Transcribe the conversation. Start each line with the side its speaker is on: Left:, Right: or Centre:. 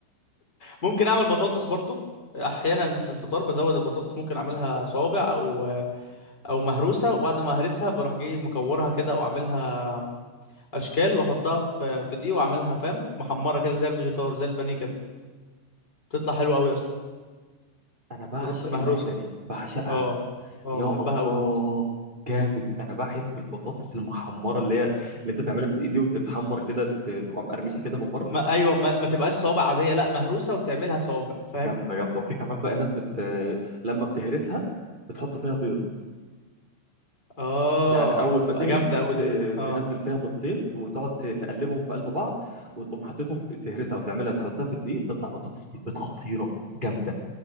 Left: ممكن اعمل بطاطس برضو احيانا في الفطار بزود البطاطس ممكن اعملها صوابع او او مهروسه وبعد ما اهرسها بروح جاي مكورها كده واعملها اشكال واحطها في في دي واعملها فاهم محمره كده زي الفيجيتار زي البانيه كده بتطلع حلوه قوي يا اسطى
Right: انا بعشق
Left: البطاطس المهروسه
Right: الاكله دي بعشقها
Left: اه اه
Right: يا
Left: بحبها
Right: الله
Left: قوي برضو
Right: جامد انا بحب البطاطس المحمره اللي هي اللي انت تعملها في الايد دي وتتحمر كده ت- تبقى مقرمشه كده من بره
Left: ما ايوه ما, ما تبقاش صوابع عاديه لا مهروسه وتعملها صوابع فاهم
Right: جامده جامده وفي كمان بقى ناس بت لما بتهرسها بتحط فيها بيض
Left: اه
Right: يعني اول
Left: بتبقى
Right: ما تهرس
Left: جامده قوي
Right: ت-
Left: دي اه
Right: تنزل فيها بيضتين وتقعد ت- تقلبهم في قلب بعض وتقوم حاططهم في تهرسها وتعملها تحطها في الدقيق تطلع بطاطس بالبيض خطيره جامده